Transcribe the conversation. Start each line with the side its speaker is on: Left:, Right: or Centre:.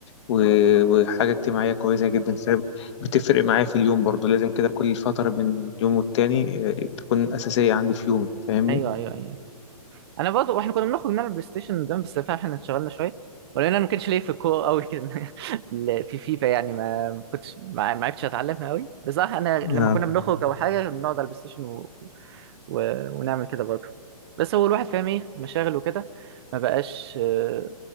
Left: و- وحاجه اجتماعيه كويسه جدا فبتفرق معايا في اليوم برضه لازم كده كل فتره بين يوم والتاني آه، تكون اساسيه عندي في يومي فاهمني
Right: ايوه ايوه ايوه انا برضه واحنا كنا بنخرج نلعب بلاي ستيشن زمان بس فعلا احنا اتشغلنا شويه ولان انا ما كانش ليا في الكوره قوي كده <laughs> ال- في فيفا يعني ما ما كنتش ما ما عرفتش اتعلمها قوي بصراحه انا لما
Left: آه.
Right: كنا بنخرج او حاجه بنقعد على البلاي ستيشن و... ونعمل كده برضه بس هو الواحد فاهم ايه مشاغل وكده ما بقاش آه،